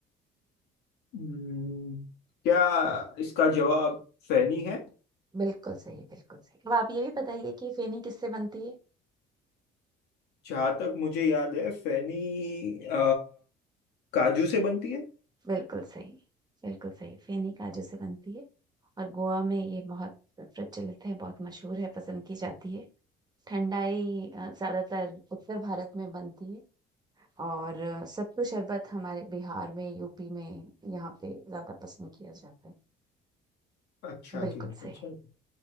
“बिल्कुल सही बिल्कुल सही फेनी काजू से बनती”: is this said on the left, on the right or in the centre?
Right